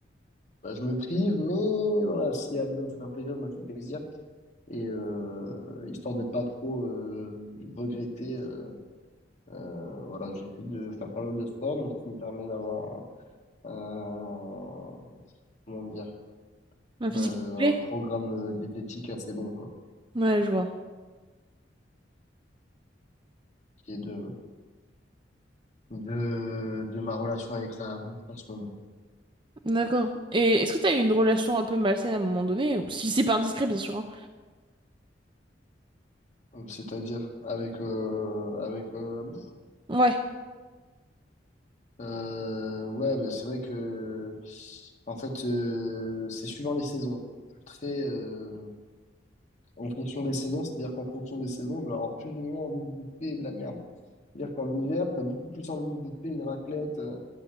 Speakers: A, on the left (about 40°); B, on the right (about 25°).
A: bah, je me prive, mais voilà, s'il y a besoin de se faire plaisir, je me fais plaisir. Et euh, histoire de pas trop euh, regretter, euh, euh, voilà, j'essaie de faire pas mal de sport, donc ce qui me permet d'avoir un, un- comment dire,
B: La
A: bah,
B: physique
A: euh,
B: plaît?
A: un programme euh, diététique assez bon, quoi,
B: Ouais, je vois.
A: qui est de de, de ma relation avec la bouffe en ce moment.
B: D'accord. Et est-ce que t'as eu une relation un peu malsaine à un moment donné? Ou si c'est pas indiscret, bien sûr. hein.
A: C'est-à-dire avec euh, avec euh, la bouffe.
B: Ouais.
A: Euh, ouais, bah, c'est vrai que en fait euh, c'est suivant les saisons. Je suis très euh, en fonction des saisons, c'est-à-dire qu'en fonction des saisons, je vais avoir plus ou moins envie de bouffer de la merde. C'est-à-dire qu'en hiver, t'as beaucoup plus envie de bouffer une raclette euh,